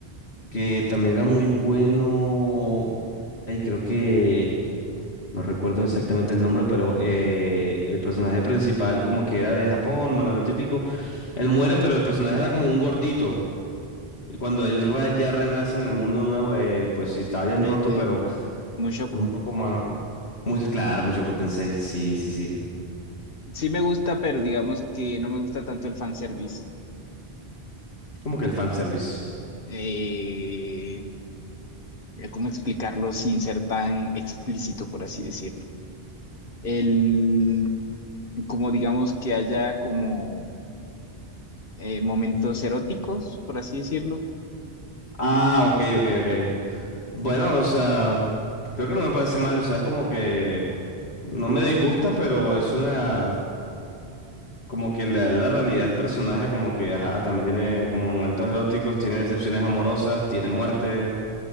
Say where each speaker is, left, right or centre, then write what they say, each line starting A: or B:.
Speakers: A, on the left (about 80°); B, on the left (about 60°).
A: que también era muy bueno. Ay, creo que no recuerdo exactamente el nombre, pero eh, el personaje principal como que era de Japón, bueno, lo típico. Él muere, pero el personaje era como un gordito. Y cuando él ra- ya renace en el mundo nuevo, eh, pues sí, estaba bien
B: Eh,
A: roto, pero
B: Mushoku.
A: es un poco más... Muy, claro, mucho Goten sí, sí, sí.
B: Sí me gusta, pero digamos que no me gusta tanto el fanservice.
A: Como que el fanservice.
B: Eh, ¿cómo explicarlo sin ser tan explícito, por así decirlo? El, como digamos que haya como eh, momentos eróticos, por así decirlo.
A: Ah, ok, ok, ok. Bueno, o sea, creo que no me parece mal, o sea, es como que no me disgusta, pero es una, como que le da la realidad al personaje, como que, ajá, también tiene como momentos eróticos, tiene decepciones amorosas, tiene muerte.